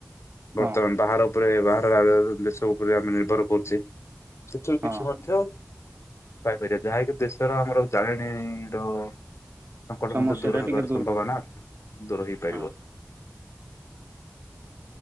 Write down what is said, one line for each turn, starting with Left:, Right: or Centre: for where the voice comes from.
Right: ହଁ
Left: ବର୍ତ୍ତମାନ ବାହାର ଉପରେ ବାହାର ରାଜ୍ୟ ଦେଶ ଉପରେ ଆମେ ନିର୍ଭର କରୁଚେ। ସେଥିରୁ କିଛି
Right: ହଁ
Left: ମଧ୍ୟ ପାଇପାରିବା ଯାହାକି ଦେଶର ଆମର ଜାଳେଣି ଦ ସଙ୍କଟ
Right: ସମସ୍ୟା
Left: ମଧ୍ୟ ଦୂର
Right: ଟା
Left: ହେବାର
Right: ଟିକେ
Left: ସମ୍ଭାବନା ଦୂର ହେଇପାରିବ।
Right: ହଁ